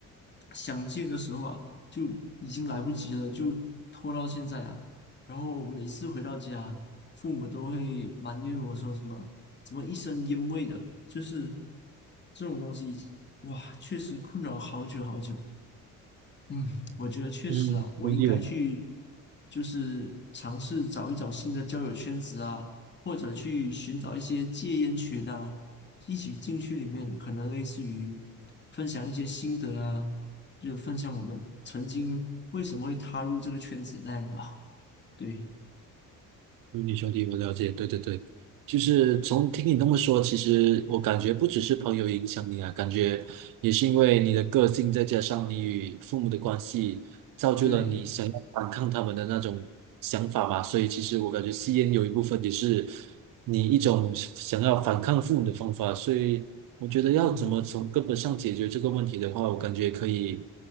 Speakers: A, on the left; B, on the right.
A: 想戒的时候啊，就已经来不及了，就拖到现在啊。然后每次回到家，父母都会埋怨我说什么。怎么一身烟味的？就是这种东西，哇，确实困扰好久好久。嗯，我觉得确实啊，
B: 嗯，
A: 我应该去
B: 同意我。
A: 就是尝试找一找新的交友圈子啊，或者去寻找一些戒烟群的啊，一起进去里面，可能类似于分享一些心得啊，就分享我们曾经为什么会踏入这个圈子那样吧。对
B: 兄弟，兄弟，我了解，对对对，就是从听你那么说，其实我感觉不只是朋友影响你啊，感觉也是因为你的个性，再加上你与父母的关系，造就了你想要反抗他们的那种想法吧。
A: 对，
B: 所以其实我感觉吸烟有一部分也是你一种想要反抗父母的方法。所以我觉得要怎么从根本上解决这个问题的话，
A: 嗯，
B: 我感觉可以。